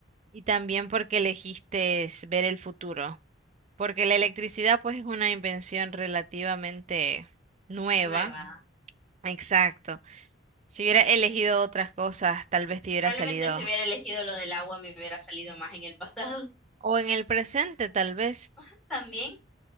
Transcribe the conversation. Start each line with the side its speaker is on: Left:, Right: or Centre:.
Right: Y también porque elegiste es ver el futuro, porque la electricidad pues es una invención relativamente nueva.
Centre: Nueva.
Right: Exacto. Si hubiera elegido otras cosas, tal vez te hubiera
Centre: Probablemente
Right: salido.
Centre: si hubiera elegido lo del agua me hubiera salido más en el pasado.
Right: O en el presente, tal vez.
Centre: <laughs> También,